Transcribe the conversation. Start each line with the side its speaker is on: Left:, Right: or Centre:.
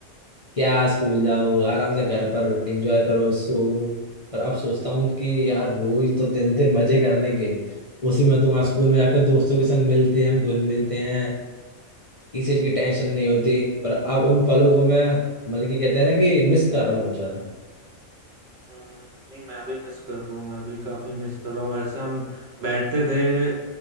Left: क्या स्कूल जाओ आराम से घर पर एंजॉय करो सो पर अब सोचता हूँ कि यार वो ही तो दिन थे मजे करने के उसी में तो वहाँ स्कूल में जाकर दोस्तों के संग मिलते हैं हम घुल मिलते हैं किसी चीज की टेंशन नहीं होती पर अब उन पलों को मैं मतलब कि कहते हैं ना कि मिस कर रहा हूँ बहुत ज्यादा
Right: हम्म, नहीं मैं भी मिस कर रहा हूँ मैं भी काफी मिस कर रहा हूँ वैसे हम बैठते थे